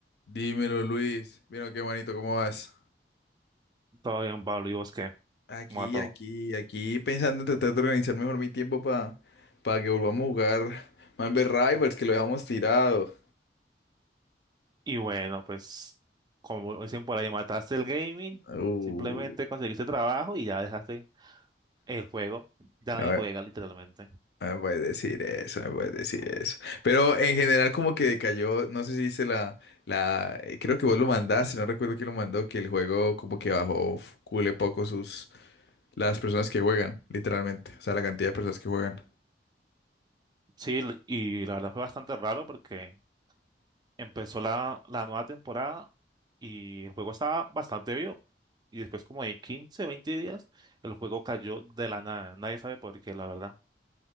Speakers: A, on the left (about 65°); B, on the right (about 25°).
A: Dímelo, Luis. Mira, qué manito, ¿cómo vas?
B: Todo bien, Pablo, ¿y vos qué?
A: Aquí,
B: ¿Cómo va todo?
A: aquí, aquí, pensando en tratar de organizar mejor mi tiempo para que volvamos a jugar Marvel Rivals, que lo dejamos tirado.
B: Y bueno, pues, como dicen por ahí, mataste el gaming,
A: Uh,
B: simplemente conseguiste trabajo y ya dejaste el juego. Ya nadie
A: a ver,
B: juega, literalmente.
A: no me puedes decir eso, no me puedes decir eso. Pero en general como que decayó, no sé si dice la, la, eh, creo que vos lo mandaste, no recuerdo quién lo mandó, que el juego como que bajó f- cule poco sus, las personas que juegan, literalmente. O sea, la cantidad de personas que juegan.
B: Sí, l- y la verdad fue bastante raro porque empezó la, la nueva temporada y el juego estaba bastante vivo. Y después, como de 15 20 días, el juego cayó de la nada. Nadie sabe por qué, la verdad.